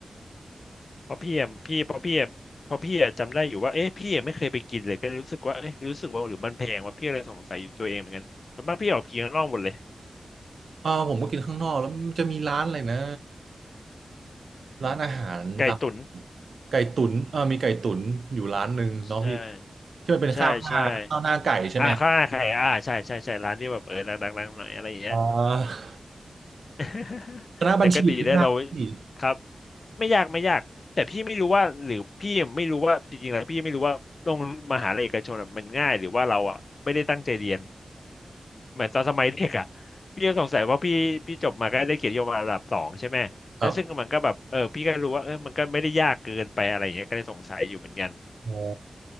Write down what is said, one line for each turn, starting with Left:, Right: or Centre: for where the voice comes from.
Left: เพราะพี่อะพี่เพราะพี่อะเพราะพี่อะจำได้อยู่ว่าเอ๊ะพี่อะไม่เคยไปกินเลยก็เลยรู้สึกว่าเอ๊ะรู้สึกว่าหรือมันแพงว่าพี่อะไรสงสัยอยู่ตัวเองเหมือนกันส่วนมากพี่ออกไปกินข้างนอกหมดเลย
Right: อ่าผมก็กินข้างนอกแล้วมันจะมีร้านอะไรนะร้านอาหารตาม
Left: ไก่ตุ๋น
Right: ไก่ตุ๋นเออมีไก่ตุ๋นอยู่ร้านหนึ่งเนาะพี่
Left: ใช่
Right: ที่มันเป็นข้าวหน้าข้าวหน้าไก่ใช่ไหมั
Left: ใช่ใช่อ่าข้าวหน้าไข่อ่าใช่ใช่ใช่ร้านที่แบบเออดังๆๆหน่อยอะไรอย่างเงี้ย
Right: อ่า
Left: <laughs>
Right: คณะบัญชีเนี่ยยากพี่
Left: แต่ก็ดีแล้วเราครับไม่ยากไม่ยากแต่พี่ไม่รู้ว่าหรือพี่ไม่รู้ว่าจริงๆแล้วพี่ไม่รู้ว่าโรงมหาลัยเอกชนอะมันง่ายหรือว่าเราอ่ะไม่ได้ตั้งใจเรียนเหมือนตอนสมัยเด็กอ่ะพี่ก็สงสัยว่าพี่พี่จบมาก็ได้เกียรตินิยศระดับสองใช่ไหมแล้วซึ่งมันก็แบบเออพี่ก็รู้ว่าเออมันก็ไม่ได้ยากเกินไปอะไรอย่างเงี้ยก็เลยสงสัยอยู่เหมือนกัน
Right: ครับอ๋อ